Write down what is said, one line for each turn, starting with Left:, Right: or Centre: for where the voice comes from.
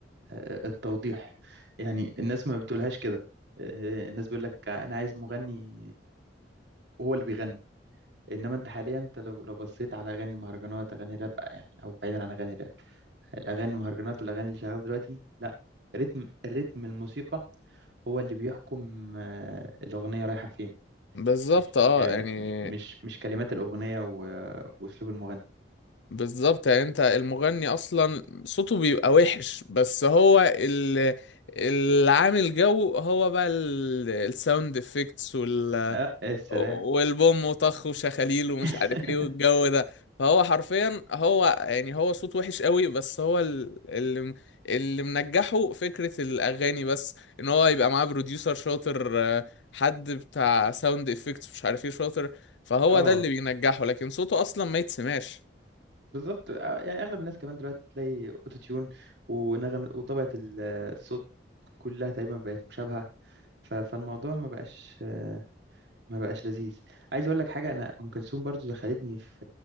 Right: آه، التوضيح يعني الناس ما بتقولهاش كده آه، الناس بيقول لك انا عايز مغني وهو اللي بيغني انما انت حاليا انت لو لو بصيت على اغاني المهرجانات اغاني الراب يعني او بعيدا عن اغاني الراب الاغاني المهرجانات والاغاني اللي شغاله دلوقتي لا رتم الرتم الموسيقى هو اللي بيحكم آه، الاغنيه رايحه فين
Left: بالظبط
Right: مش
Left: اه
Right: آه،
Left: يعني
Right: مش مش كلمات الاغنيه و- واسلوب المغني
Left: بالظبط يعني انت المغني اصلا صوته بيبقى وحش بس هو ال- اللي عامل جو هو بقى ال- الساوند افكتس وال
Right: اه السلام
Left: والبوم وطخ وشخاليل ومش
Right: <laughs>
Left: عارف ايه والجو ده فهو حرفيا هو يعني هو صوت وحش قوي بس هو ال- اللي اللي منجحه فكرة الاغاني بس ان هو يبقى معاه بروديوسر شاطر آه، حد بتاع ساوند افكتس مش عارف ايه شاطر فهو
Right: اه
Left: ده اللي بينجحه لكن صوته اصلا ما يتسمعش
Right: بالظبط آه، يعني اغلب الناس كمان دلوقتي تلاقي اوتو تيون ونغم وطبقه ال- الصوت كلها تقريبا بقت مشابهه ف- فالموضوع ما بقاش آه، ما بقاش لذيذ عايز اقول لك حاجه انا ام كلثوم برضو دخلتني في